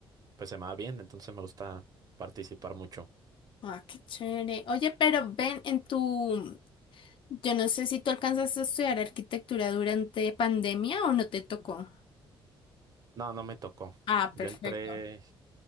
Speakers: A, on the right; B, on the left.
A: pues se me va bien, entonces me gusta participar mucho.
B: ah, qué chévere. Oye, pero ven en tu, yo no sé si tú alcanzaste a estudiar arquitectura durante pandemia o no te tocó.
A: No, no me tocó.
B: Ah,
A: Yo
B: perfecto.
A: entré